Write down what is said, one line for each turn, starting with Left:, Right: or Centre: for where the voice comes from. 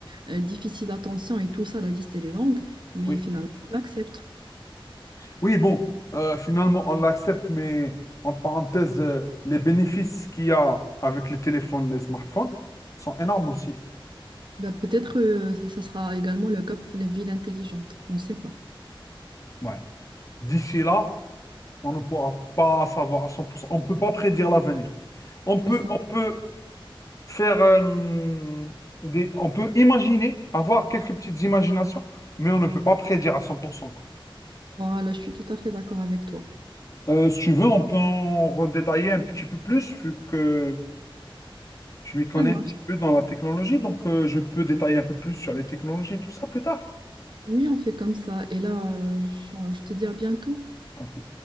Right: euh, déficit d'attention et tout ça, la liste, elle est longue, mais
Left: Oui,
Right: finalement, on l'accepte.
Left: oui, bon, euh, finalement, on l'accepte, mais en parenthèse, euh, les bénéfices qu'il y a avec les téléphones, les smartphones sont énormes aussi.
Right: Bah, peut-être euh, ça sera également le cas pour les villes intelligentes. On ne sait pas.
Left: Ouais. D'ici là, on ne pourra pas savoir à 100%. On ne peut pas prédire l'avenir. On peut,
Right: C'est ça.
Left: on peut faire euh, des, on peut imaginer, avoir quelques petites imaginations, mais on ne peut pas prédire à 100% quoi.
Right: Voilà, je suis tout à fait d'accord avec toi.
Left: Euh, si tu veux, on peut en redétailler un petit peu plus, vu que je m'y connais
Right: Ça marche.
Left: un petit peu dans la technologie, donc euh, je peux détailler un peu plus sur les technologies, tout ça plus tard.
Right: Oui, on fait comme ça. Et là, euh, je je te dis à bientôt.
Left: Un peu.